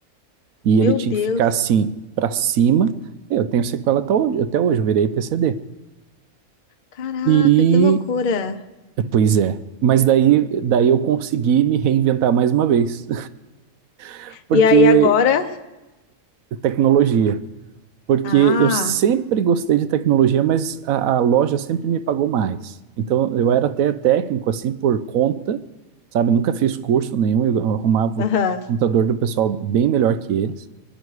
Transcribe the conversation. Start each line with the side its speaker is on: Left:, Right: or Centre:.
Right: E
Left: Meu
Right: ele tinha
Left: Deus.
Right: que ficar assim, para cima. Eu tenho sequela até hoje, até hoje, eu virei PCD.
Left: Caraca,
Right: E,
Left: que loucura.
Right: pois é. Mas daí, daí eu consegui me reinventar mais uma vez, <laughs> porque
Left: E aí agora?
Right: tecnologia. Porque
Left: Ah.
Right: eu sempre gostei de tecnologia, mas a, a loja sempre me pagou mais. Então eu era até técnico assim por conta, sabe? Nunca fiz curso nenhum, eu arrumava
Left: Aham.
Right: o computador do pessoal bem melhor que eles.